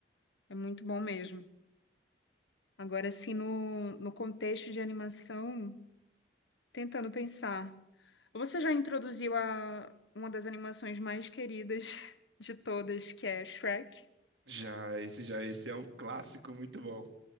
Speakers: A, on the left; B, on the right.
A: É muito bom mesmo. Agora, assim, no, no contexto de animação, tentando pensar. Você já introduziu a, uma das animações mais queridas <laughs> de todas, que é Shrek?
B: Já, esse já, esse é um clássico muito bom.